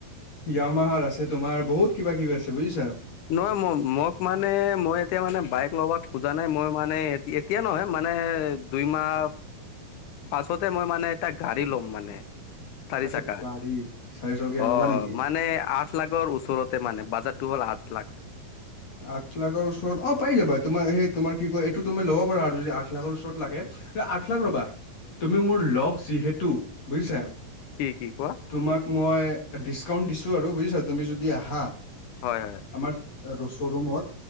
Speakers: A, on the left; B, on the left.
A: য়ামাহাৰ আছে তোমাৰ, বহুত কিবা কিবি আছে বুজিছা।
B: নহয় ম মোক মানে মই এতিয়া মানে বাইক লবা খোজা নাই মই মানে এতি এতি তেতিয়া নহয় মানে দুই মাহ
A: <inaudible>
B: পাছতে মই মানে এটা গাড়ী ল'ম মানে। চাৰি
A: আচ্ছা
B: চাকা,
A: গাড়ী চাৰিচকীয়া
B: অ
A: ল'বা নেকি
B: মানে আঠ লাখৰ ওচৰতে মানে বাজেটো হ'ল আঠ লাখ।
A: আঠ লাখৰ ওচৰত অ পাই যাবা। তোমাৰ সেই তোমাৰ কি কয় এইটো তুমি ল'ব পাৰা আৰু যদি আঠ লাখৰ ওচৰত লাগে আঠ লাখ ৰবা, তুমি মোৰ লগ যিহেতু, বুজিছা?
B: কি কি কোৱা?
A: তোমাক মই ডিছকাউণ্ট দিছো আৰু, বুজিছা? তুমি যদি আহা।
B: হয়।
A: আমাৰ ৰ শ্ব'ৰুমত